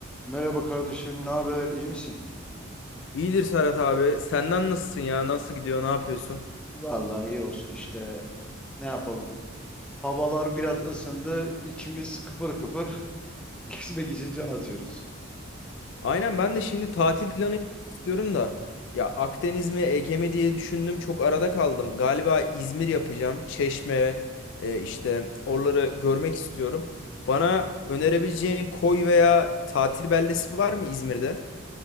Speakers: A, in the centre; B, on the left.
A: Merhaba kardeşim, ne haber? İyi misin?
B: İyidir Serhat abi. Senden nasılsın ya? Nasıl gidiyor? Ne yapıyorsun?
A: Vallahi iyi olsun işte. Ne yapalım? Havalar biraz ısındı, içimiz kıpır kıpır. <laughs> Gezmek için can atıyoruz.
B: Aynen ben de şimdi tatil planı istiyorum da. Ya Akdeniz mi Ege mi diye düşündüm. Çok arada kaldım. Galiba İzmir yapacağım. Çeşme e, işte oraları görmek istiyorum. Bana önerebileceğin koy veya tatil beldesi var mı İzmir'de?